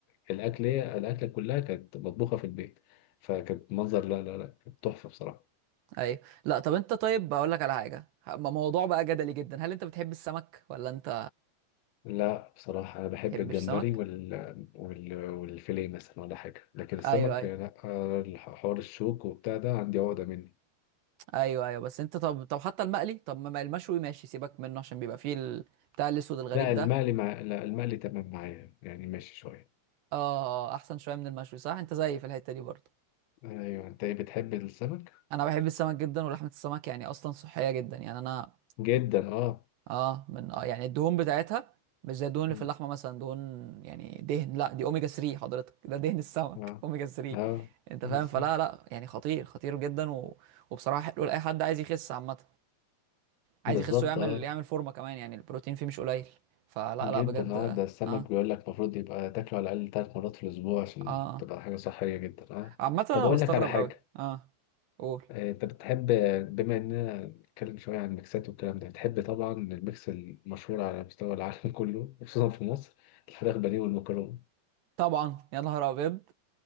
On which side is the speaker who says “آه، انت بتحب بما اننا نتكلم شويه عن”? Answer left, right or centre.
Left